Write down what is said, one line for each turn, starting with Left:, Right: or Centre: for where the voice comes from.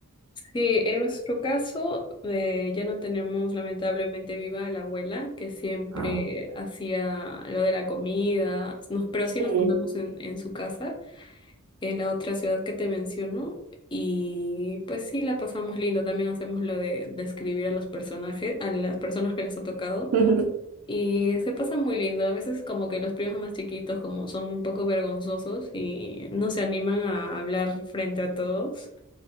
Left: Sí, en nuestro caso eh, ya no tenemos lamentablemente viva a la abuela que siempre
Right: Ah.
Left: hacía lo de la comida, nos- pero
Right: Sí.
Left: sí nos juntamos en, en su casa, en la otra ciudad que te menciono, y pues sí la pasamos lindo, también hacemos lo de describir a los personajes, a las personas que les ha tocado,
Right: <laughs>
Left: y se pasa muy lindo, a veces como que los primos más chiquitos como son un poco vergonzosos y no se animan a hablar frente a todos.